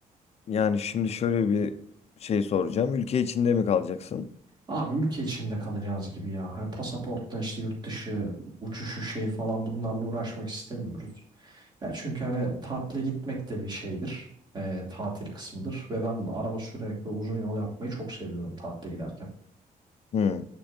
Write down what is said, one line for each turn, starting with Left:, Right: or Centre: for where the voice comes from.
Left: Yani şimdi şöyle bir şey soracağım. Ülke içinde mi kalacaksın?
Right: Abi ülke içinde kalacağız gibi ya. Hani pasaportla işte yurt dışı uçuşu şey falan bunlarla uğraşmak istemiyoruz. Ya çünkü hani tatile gitmek de bir şeydir. Ee, tatil kısmıdır. Ve ben araba sürerek ve uzun yol yapmayı çok seviyorum tatile giderken.
Left: Hmm.